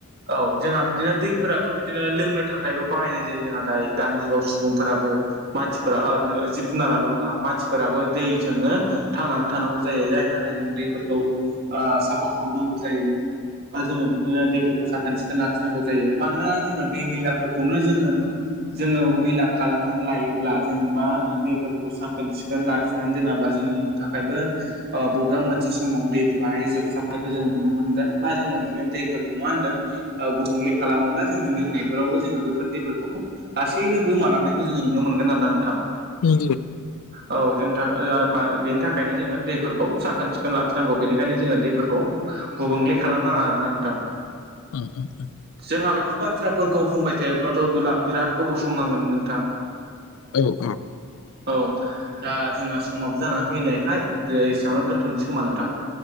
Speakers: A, on the right; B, on the left.
A: औ जोंहा बिदिनो दैफोराथ' बिदिनो लोंनो थाखायबो बाहायनाय जायो जोंहा दायो दानि जुगाव सुबुंफोराबो मानसिफोरा जिब जुनाराल' नङा मानसिफोराबो दैजोंनो थांनानै थानांगौ जायो जायनि थाखाय जोङो दैफोरखौ साफा खालामनांगौ जायो। बा जोङो बिदिनो दैफोरखौ खोन सिखोन लाखिनांगौ जायो मानोना जोङो दै मैलाफोरखौनो जोङो। जोङो मैला खालामनानै लायोब्ला जोङो मा होनो दैफोरखौ साखोन सिखोन लाखिनानै दोनाब्ला जोंनि थाखायबो बबेबा मोनसे समाव दैफोराहाय जोबस्रांनायखौ जों नुनो मोनगोन बा जोङो बिदिनो दैफोरखौ मा होनदों। गुबुंले खालामोब्ला जोंनि लोंनायफोरावबो जोङो बैफोर दैफोरखौ लाासैनो गोमालांनायखौ जोङो नुनो मोनगोन आरोना नोंथां।
B: बि
A: औ जोंनि थाखाय बेनि थाखायनो जोङो दैफोरखौ साखोन सिखोन लाखिनांगौ बेनिखायनो जोङो दैफोरखौ एदम गुबुंले खालामनाङा आरो ना नोंथां।
B: <inaudible>
A: जोंहा बेफोर बाथ्राफोरखौ बुंबाय थायोब्लाथ' बिराद गोबाव सम नांगोन नोंथां।
B: औ औ।
A: औ दा जोंना समाबो जानानै फैनायायखाय एसेयावनो दोन्थ'नोसोमा नोंथां।